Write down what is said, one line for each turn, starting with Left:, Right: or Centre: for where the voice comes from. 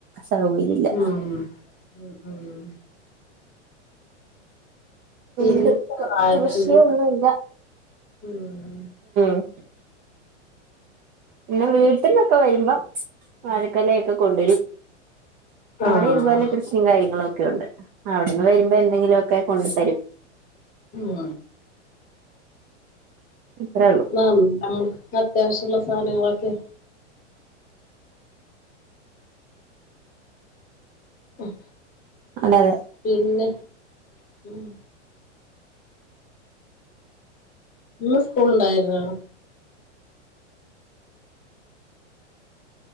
Right: സൗകര്യ ഇല്ല
Left: ഉം ഉം ഉം പിന്നെ
Right: ഇത്
Left: വാഴണ്ട്
Right: കൃഷിയൊന്നുയില്ല
Left: ഉം
Right: <inaudible> പിന്നെ വീട്ടിൽന്നൊക്കെ വരുമ്പോം വാഴക്കൊലൊക്കെ കൊണ്ടുവരും അവിടെ
Left: ആഹ്
Right: ഇതുപോലെ കൃഷിയും കാര്യങ്ങളും ഒക്കെ ക്കെണ്ട്. അവിടുന്നു വരുമ്പം എന്തെങ്കിലുഒക്കെ കൊണ്ടുത്തരും.
Left: ഉം
Right: അത്രേ ഉള്ളൂ
Left: നമുക്ക് അത്യാവശ്യമുള്ളത്. സാനങ്ങളൊക്കെ? ഉം
Right: അതെ അതെ
Left: പിന്നെ ഉം ഇന്ന് സ്കൂളുണ്ടായിരുന്നോ